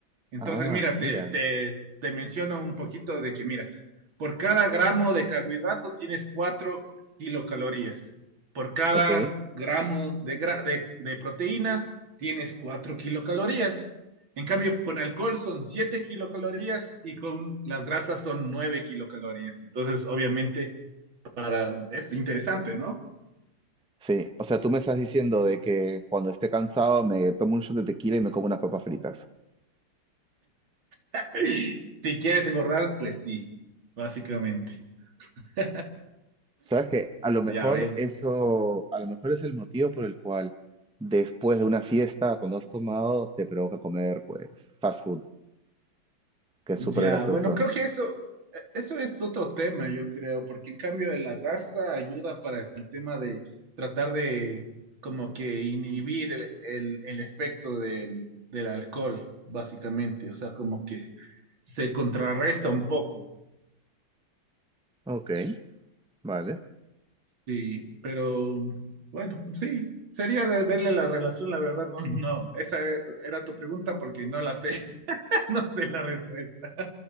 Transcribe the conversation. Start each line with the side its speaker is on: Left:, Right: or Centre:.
Right: Entonces,
Centre: Ah,
Right: mira,
Centre: mira,
Right: te, te, te menciono un poquito de que, mira, por cada gramo de carbohidrato tienes cuatro kilocalorías. Por cada
Centre: ok.
Right: gramo de, gra- de, de proteína tienes 4 kilocalorías. En cambio, con alcohol son 7 kilocalorías y con las grasas son 9 kilocalorías. Entonces, obviamente, para, es interesante, ¿no?
Centre: Sí, o sea, tú me estás diciendo de que cuando esté cansado me tomo un shot de tequila y me como unas papas fritas.
Right: <laughs> Si quieres engordar, pues sí, básicamente. <laughs>
Centre: ¿Sabes que A lo mejor
Right: Ya ves.
Centre: eso, a lo mejor es el motivo por el cual después de una fiesta, cuando has tomado, te provoca comer, pues, fast food, que es
Right: Ya,
Centre: súper grasoso.
Right: bueno, creo que eso, e, eso es otro tema, yo creo, porque en cambio la grasa ayuda para el tema de tratar de como que inhibir el, el- el efecto del, del alcohol, básicamente, o sea, como que se contrarresta un poco,
Centre: Ok, vale.
Right: sí, pero bueno, sí, sería de verle la relación, la verdad, no, no, esa e, era tu pregunta porque no la sé, <laughs> no sé la respuesta.